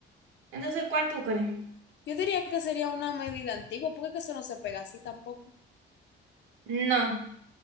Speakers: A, on the right (about 85°); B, on the left (about 65°).
A: Entonces, ¿cuál tú crees?
B: Yo diría que sería una medida antigua, porque es que eso no se pega así tampoco.
A: No,